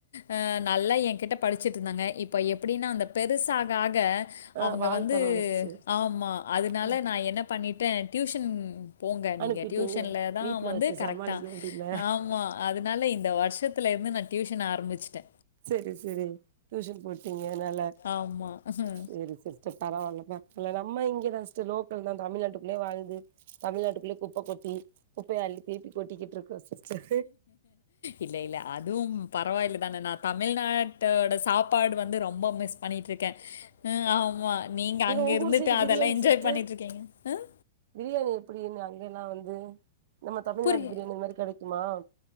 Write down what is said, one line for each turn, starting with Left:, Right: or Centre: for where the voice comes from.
Left: ஆ நல்லா என்கிட்ட படிச்சிட்டு இருந்தாங்க இப்ப எப்டின்னா அவங்க பெருசு ஆக ஆக
Right: ஆ
Left: அவங்க
Right: வாழ்த்தலா
Left: வந்து
Right: வந்துருச்சு
Left: ஆமா அதனால
Right: ம்
Left: நா என்ன பண்ணிட்டே டியூஷன் போங்க
Right: அனுப்பிட்டீங்க
Left: நீங்க டியூஷனல தா
Right: வீட்ல
Left: வந்து
Right: வச்சு
Left: கரெக்ட்டா
Right: சமாளிக்க முடில
Left: ஆமா அதனால இந்த வருஷத்துலருந்து நா டியூஷன் ஆரம்பிச்சிட்டே
Right: செரி செரி டியூஷன் போட்டீங்க அதனால
Left: ஆமாம்
Right: சேரி சிஸ்டர் பரவாயில்ல பட் இல்ல நம்ம இங்கதா சிஸ்டர் லோக்கல் தா தமிழ்நாட்டுக்குள்ளயே வாழ்து தமிழ்நாட்டுக்குள்ளயே குப்ப கொட்டி குப்பயா அள்ளி திருப்பி கொட்டிக்கிட்டு இருக்கோ சிஸ்டர்
Left: இல்ல இல்ல அதுவும் பரவாயில்ல தானே நா தமிழ்நாட்டோட சாப்பாடு வந்து ரொம்ப மிஸ் பண்ணிட்டு இருக்கேன் ம் ஆமா நீங்க அங்க
Right: உங்க
Left: இருந்துட்டு
Right: ஊர் சைடு பிரியாணி
Left: அதெல்லா என்ஜாய்
Right: சிஸ்டர்
Left: பண்ணிட்டு இருக்கீங்க ம்
Right: பிரியாணி எப்டினு அங்க எல்லா வந்து நம்ம தமிழ்நாட்டு
Left: புரிய
Right: பிரியாணி மாறி கெடைக்குமா